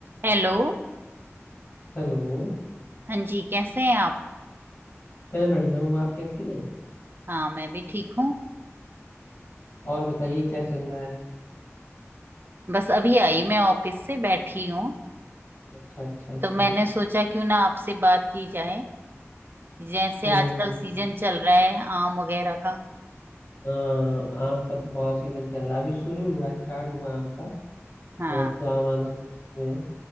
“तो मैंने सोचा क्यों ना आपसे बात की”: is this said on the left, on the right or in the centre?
Right